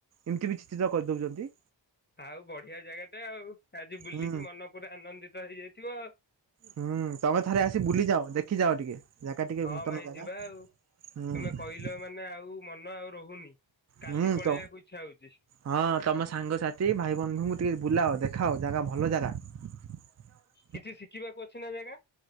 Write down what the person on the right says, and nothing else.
ଏମିତି ବି ଚି ଚିତ୍ର କରିଦଉଛନ୍ତି।
ହୁଁ
ହୁଁ ତମେ ଥରେ ଆସି ବୁଲିଯାଅ, ଦେଖିଯାଅ ଟିକେ ଜାଗା ଟିକେ
ନୂତନ
ଜାଗା।
ହୁଁ।
ହୁଁ
ତ
ହଁ ତମ ସାଙ୍ଗସାଥି ଭାଇ ବନ୍ଧୁଙ୍କୁ ଟିକେ ବୁଲାଅ ଦେଖାଅ ଜାଗା ଭଲ ଜାଗା। ହ